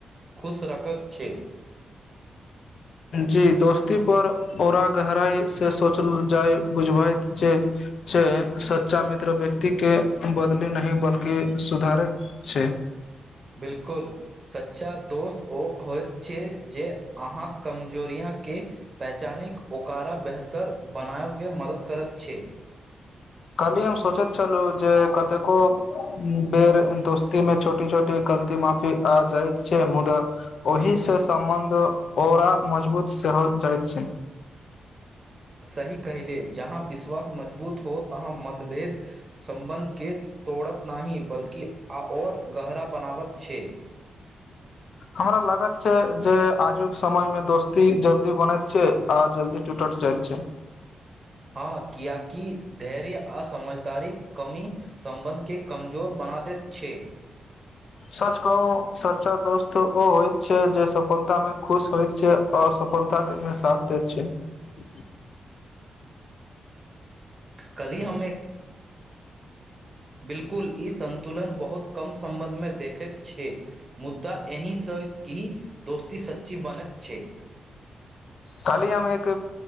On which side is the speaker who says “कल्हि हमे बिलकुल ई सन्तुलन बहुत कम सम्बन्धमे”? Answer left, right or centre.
Right